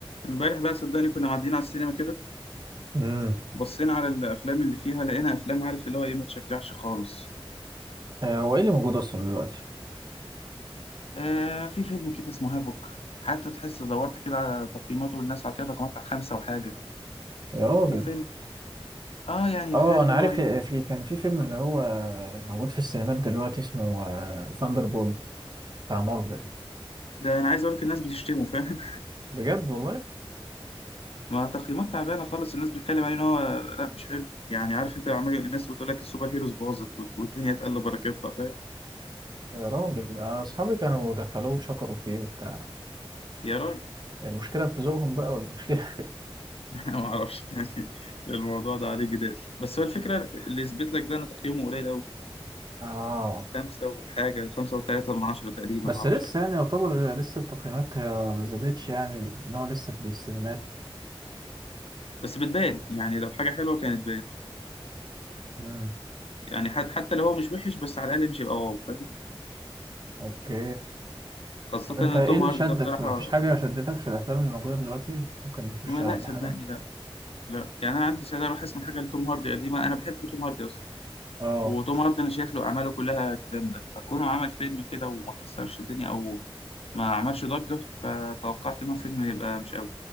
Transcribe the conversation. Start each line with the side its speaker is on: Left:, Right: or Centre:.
Left: امبارح بقى صدقني كنا معديين على السينما كده
Right: امم
Left: بصينا على الافلام اللي فيها لقينا افلام عارف اللي هو ايه ما تشجعش خالص
Right: آه، هو ايه اللي موجود اصلا دلوقتي
Left: آه في فيلم كده اسمه هافوك حتى تحس دورت كده على تقييماته والناس عطيها تقييمات بتاع خمسة وحاجة
Right: يا راجل
Left: وفيلم اه يعني
Right: اه
Left: في عارف
Right: انا
Left: اللي
Right: عارف
Left: هو ايه
Right: آه، في كان في فيلم اللي هو موجود في السينمات دلوقتي اسمه ثاندر بولت بتاع مارفل
Left: ده انا عايز اقول لك الناس بتشتمه فاهم
Right: بجد والله
Left: <laughs> ما تقييمات تعبانه خالص الناس بتتكلم عليه ان هو لا مش حلو يعني عارف انت عمال الناس بتقول لك السوبر هيروز باظت والد- والدنيا اتقل بركتها فاهم
Right: يا راجل انا اصحابي كانوا دخلوه وشكروا فيه وبتاع
Left: يا راجل
Right: يعني المشكله في ذوقهم بقى ولا المشكله
Left: <laughs> انا ما اعرفش يعني الموضوع ده عليه جدال بس هو الفكره اللي يثبت لك ده ان تقييمه قليل قوي
Right: <laughs> اه
Left: خمسة وحاجة خمسة وتلاتة من عشرة تقريبا
Right: بس
Left: معرفش
Right: لسه
Left: الأخ-
Right: يعني يعتبر لسه التقييمات هي ما زادتش يعني ان هو لسه في السينمات
Left: بس بتبان يعني لو حاجة حلوة كانت بانت
Right: امم
Left: يعني حد حتى لو هو مش وحش بس على الأقل مش يبقى واو فاهم
Right: اوكي
Left: خاصة
Right: طب انت ايه
Left: إن توم
Right: اللي
Left: هاردي
Right: شدك
Left: ده بصراحة
Right: ما فيش حاجه شدتك في الافلام اللي موجوده دلوقتي ممكن نخشها
Left: ما لا
Right: ولا
Left: صدقني
Right: حاجه
Left: لا لا يعني أنا عندي سعادة أروح أسمع حاجة لتوم هاردي قديمة أنا بحب توم هاردي أصلا
Right: اه
Left: وتوم هاردي أنا شايف له أعماله كلها جامدة فكونه عمل فيلم كده وما كسرش الدنيا أو ما عملش ضجة فتوقعت إن هو فيلم يبقى مش قوي